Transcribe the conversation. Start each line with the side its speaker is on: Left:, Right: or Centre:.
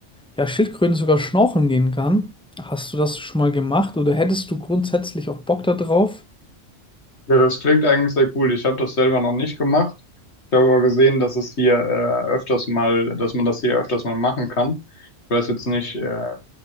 Centre: ja, Schildkröten sogar schnorcheln gehen kann. Hast du das schon mal gemacht oder hättest du grundsätzlich auch Bock da drauf?
Left: Ja, das klingt eigentlich sehr cool. Ich habe das selber noch nicht gemacht. Ich habe aber gesehen, dass es hier äh, öfters mal, dass man das hier öfters mal machen kann. Ich weiß jetzt nicht, äh,